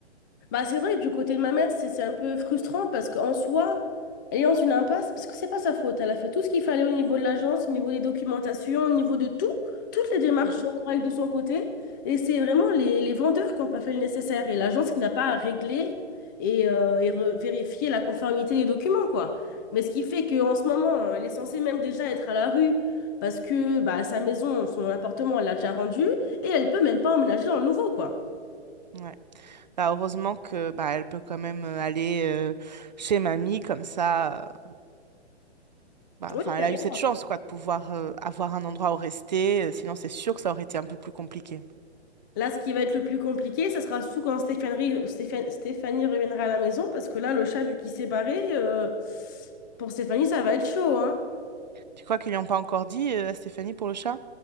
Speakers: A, on the left (about 20°); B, on the right (about 40°).
A: Bah, c'est vrai que du côté de ma mère, c'est c'est un peu frustrant parce qu'en soi, elle est dans une impasse parce que c'est pas sa faute. Elle a fait tout ce qu'il fallait au niveau de l'agence, au niveau des documentations, au niveau de tout. Toutes les démarches
B: Mhm.
A: sont correctes de son côté. Et c'est vraiment les, les vendeurs qui n'ont pas fait le nécessaire et l'agence qui n'a pas à régler et, euh, et re- vérifier la conformité des documents, quoi. Mais ce qui fait qu'en ce moment, elle est censée même déjà être à la rue parce que bah, sa maison, son appartement, elle l'a déjà rendu et elle peut même pas emménager dans le nouveau, quoi.
B: Ouais. Bah, heureusement que bah, elle peut quand même euh, aller euh, chez mamie comme ça. euh, bah,
A: Oui,
B: enfin, elle
A: carrément.
B: a eu cette chance quoi, de pouvoir euh, avoir un endroit où rester. euh, sinon, c'est sûr que ça aurait été un peu plus compliqué.
A: Là, ce qui va être le plus compliqué, ça sera surtout quand Stéphanie, Stéphane- Stéphanie reviendra à la maison, parce que là, le chat, vu qu'il s'est barré, euh, pour Stéphanie, ça va être chaud, hein?
B: Tu crois qu'ils n'ont pas encore dit euh, à Stéphanie pour le chat?